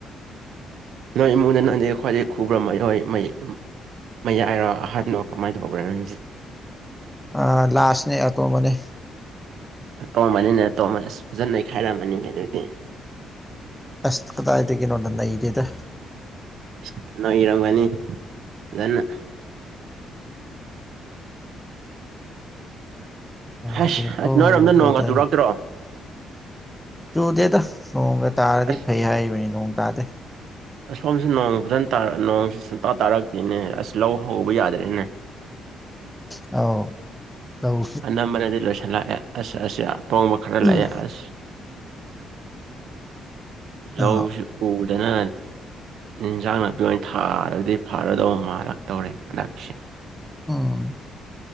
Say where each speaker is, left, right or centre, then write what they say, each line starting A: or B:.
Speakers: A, on the right; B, in the centre.
A: ꯅꯣꯏ ꯏꯃꯨꯡꯗ ꯅꯪꯗꯤ ꯈ꯭ꯋꯥꯏꯗꯒꯤ ꯈꯨꯕ꯭ꯔ ꯃꯥꯏꯍꯣꯏ ꯃꯩ ꯃꯌꯥꯏꯔꯣ ꯑꯍꯥꯟꯕꯗꯣ ꯀꯃꯥꯏꯅ ꯇꯧꯕ꯭ꯔꯣ ꯅꯪꯁꯦ
B: ꯑ ꯂꯥꯁꯅꯦ ꯑꯇꯣꯝꯕꯅꯦ
A: ꯇꯣꯝꯕꯅꯤꯅ ꯇꯣꯝꯕ ꯑꯁ ꯐꯖꯅ ꯏꯩꯈꯥꯏꯔꯝꯃꯅꯤ ꯑꯗꯨꯗꯤ
B: ꯑꯁ ꯀꯗꯥꯗꯗꯒꯤ ꯅꯣꯗ ꯅꯩꯗꯦꯗ
A: ꯏꯁ ꯅꯩꯔꯝꯒꯅꯤ ꯐꯖꯅ
B: ꯅꯩꯗꯦꯀꯣ
A: ꯑꯁ ꯑꯁ ꯅꯣꯏꯔꯣꯝꯗ ꯅꯣꯡꯒ
B: ꯕ꯭ꯔꯗꯔ
A: ꯇꯨꯔꯛꯇ꯭ꯔꯣ
B: ꯆꯨꯗꯦꯗ ꯅꯣꯡꯒ ꯇꯥꯔꯗꯤ
A: ꯑꯁ
B: ꯐꯩ ꯍꯥꯏꯔꯤꯕꯅꯤ ꯅꯣꯡ ꯇꯥꯗꯦ
A: ꯑꯁꯣꯝ ꯅꯣꯡ ꯐꯖꯅ ꯅꯣꯡꯁꯤ ꯁꯨꯡꯇꯥ ꯇꯥꯔꯛꯇꯦꯅꯦ ꯑꯁ ꯂꯧ ꯍꯧꯕ ꯌꯥꯗ꯭ꯔꯦꯅꯦ
B: ꯑꯥꯎ ꯇꯧ
A: ꯅꯝꯕꯅꯗꯤ ꯂꯣꯏꯁꯤꯜꯂꯛꯑꯦ ꯑꯁ ꯑꯁ ꯇꯣꯡꯕ ꯈꯔ ꯂꯥꯛꯑꯦ
B: ꯎꯝ
A: ꯑꯁ ꯂꯧꯁꯤ
B: ꯑꯥ
A: ꯎꯗꯅ ꯏꯟꯖꯥꯡ ꯅꯥꯄꯤ ꯑꯣꯏꯅ ꯊꯥꯔꯗꯤ ꯐꯔꯗꯧꯕ ꯃꯥꯜꯂꯛꯇꯧꯔꯦ ꯍꯟꯗꯛꯁꯦ
B: ꯎꯝ